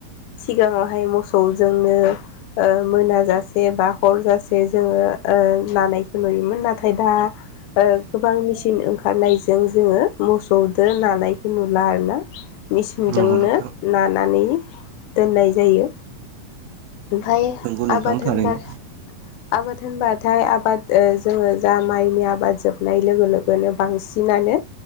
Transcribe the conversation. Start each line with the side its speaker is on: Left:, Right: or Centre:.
Left: सिगाङावहाय मोसौजोंनो मोनाजासे बा हर जासे जोङो ओ लानायखौ नुयोमोन नाथाय दा ओ गोबां मेचिन ओंखारनायजों जोङो मोसौजोंदो नानायखौ नुला आर ना मेचिनजोंनो
Right: नंगौ नोंथां
Left: नानानै दोननाय जायो ओमफफ्राय
Right: नंगौ नोंथां
Left: आबाद होनबा
Right: थारैनो
Left: आबाद होनबाथाय आबाद ओजोङो जा माइनि आबाद जोबनाय लोगो लोगोनो बांसिनानो